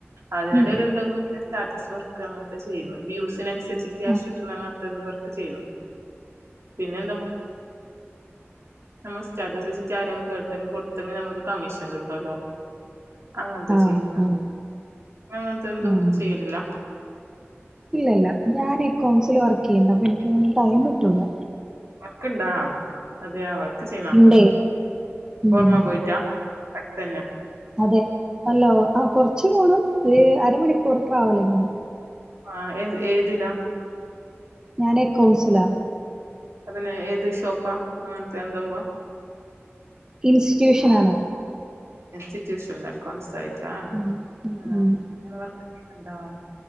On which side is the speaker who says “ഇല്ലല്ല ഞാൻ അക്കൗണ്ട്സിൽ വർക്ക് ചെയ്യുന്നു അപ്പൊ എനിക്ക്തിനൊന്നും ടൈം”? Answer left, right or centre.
Right